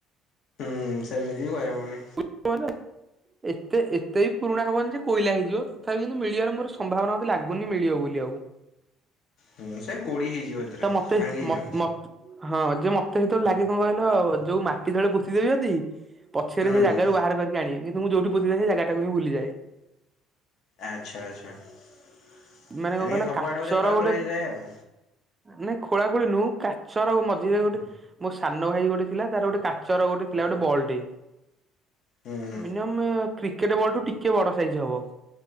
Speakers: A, on the left; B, on the right.
A: ହୁଁ ସେମିତି ବି କହି ହେବନି।
B: କ <unintelligible> ଏତେ ଏତେ ବି ପୁରୁଣା ହବନି ଯେ କୋଇଲା ହେଇଯିବ ତଥାପି କିନ୍ତୁ ମିଳିବାର ମୋର ସମ୍ଭାବନା ଲାଗୁନି ମିଳିବ ବୋଲି ଆଉ
A: ହୁଁ ସେ ଗୋଡି ହେଇଯିବ। ଏଥିରେ
B: ତା ମତେ
A: ଭାଙ୍ଗିଯିବ
B: ମ ମତ ହଁ ଯେ ମତେ ସେତେବେଳେ ଲାଗେ କଣ କହିଲ ଯୋଉ ମାଟି ତଳେ ପୋତି ଦେବି ପଛରେ
A: ହୁଁ
B: ସେ ଜାଗାରୁ ବାହାର କରିକି ଆଣିବି କିନ୍ତୁ ମୁଁ ଯଉଠି ପୋତେ ସେ ଜାଗାକୁ ଭୁଲିଯାଏ।
A: ଆଚ୍ଛା ଆଚ୍ଛା ତମକ
B: ମାନେ କଣ କହିଲ
A: ସବୁଆଡ଼େ
B: କାଚର
A: ବୋଧେ ଖୋଳାଖୋଳି
B: ଗୋଟେ
A: ହେଇଯାଏ ଆଉ।
B: ନାଇଁ ଖୋଳାଖୋଳି ନୁହେଁ କାଚର ମଝିରେ ଗୋଟେ ମୋ ସାନ ଭାଇ ଗୋଟେ ଥିଲା ତାର ଗୋଟେ କାଚର ଗୋଟେ ଥିଲା ଗୋଟେ ବଲ୍ ଟେ
A: ହୁଁ
B: ମିନିମମ୍ କ୍ରିକେଟ୍ ବଲ୍ ଠୁ ଟିକେଏ ବଡ଼ ସାଇଜ୍ ହବ।